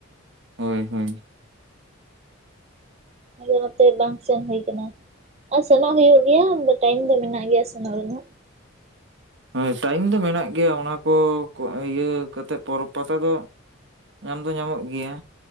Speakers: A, on the right; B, on the right.
A: ᱦᱳᱭ ᱦᱳᱭ
B: ᱟᱫᱚ ᱱᱚᱛᱮ ᱵᱟᱝ ᱥᱮᱱ ᱦᱩᱭ ᱟᱠᱟᱱᱟ ᱟᱨ ᱥᱮᱱᱚᱜ ᱦᱩᱭᱩᱜ ᱜᱮᱭᱟ ᱴᱟᱭᱤᱢ ᱫᱚ ᱢᱮᱱᱟᱜ ᱜᱮᱭᱟ ᱥᱮᱱᱚᱜ ᱨᱮᱱᱟᱜ᱾
A: ᱦᱳᱭ ᱴᱟᱭᱤᱢ ᱫᱚ ᱢᱮᱱᱟᱜ ᱜᱮᱭᱟ ᱚᱱᱟ ᱠᱚ ᱤᱭᱟᱹ ᱠᱟᱛᱮᱫ ᱯᱚᱨᱚᱵᱽ ᱯᱟᱛᱟ ᱫᱚ᱾ ᱧᱟᱢ ᱫᱚ ᱧᱟᱢᱚᱜ ᱜᱮᱭᱟ